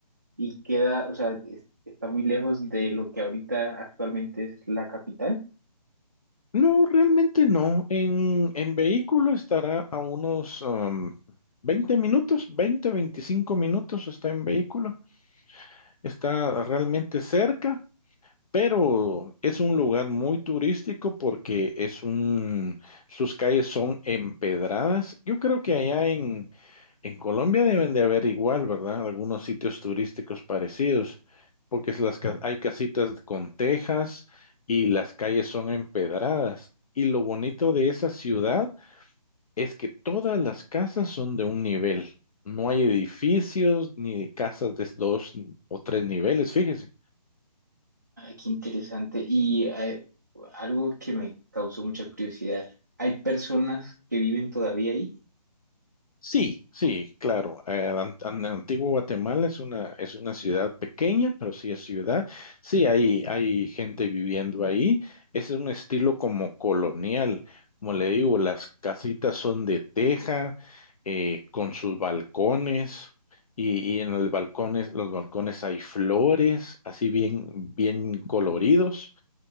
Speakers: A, on the right; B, on the left.
A: y queda, o sea, es- está muy lejos de lo que ahorita actualmente es la capital.
B: No, realmente no. En, en vehículo estará a unos um, 20 minutos, 20, 25 minutos está en vehículo. Está realmente cerca, pero es un lugar muy turístico porque es un, sus calles son empedradas. Yo creo que allá en, en Colombia deben de haber igual, ¿verdad? Algunos sitios turísticos parecidos, porque es las, ca- hay casitas con tejas y las calles son empedradas. Y lo bonito de esa ciudad es que todas las casas son de un nivel. No hay edificios ni casas de dos o tres niveles, fíjese.
A: Ay, qué interesante. Y eh, algo que me causó mucha curiosidad, ¿hay personas que viven todavía ahí?
B: Sí, sí, claro. El an- an- antiguo Guatemala es una, es una ciudad pequeña, pero sí es ciudad. Sí, hay, hay gente viviendo ahí. Ese Es un estilo como colonial. Como le digo, las casitas son de teja, eh, con sus balcones, y, y en los balcones, los balcones hay flores, así bien, bien coloridos.